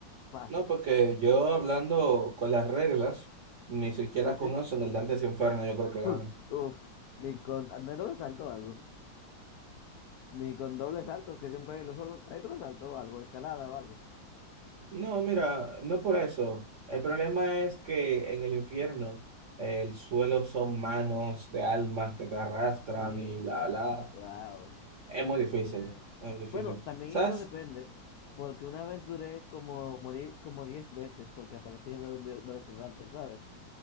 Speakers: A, on the left; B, on the right.
A: Fácil.
B: No, porque yo hablando con las reglas, ni siquiera
A: Sí,
B: con
A: sí.
B: eso en el Dante se Inferno yo creo
A: <laughs>
B: que ganan.
A: Uff, ni con, no hay doble salto o algo. Ni con dobles saltos que siempre hay en los juegos. ¿Hay doble salto o algo? ¿Escalada o algo?
B: No, mira, no por eso. El problema es que en el infierno el suelo son manos de almas que te arrastran
A: ¿Qué?
B: y bla, bla.
A: Wow.
B: Es muy difícil,
A: Yeah.
B: es muy difícil.
A: Bueno, también
B: ¿Sabes?
A: esto depende, porque una vez duré como morir como 10 veces porque aparecía en los ve- velociraptor, ¿sabes?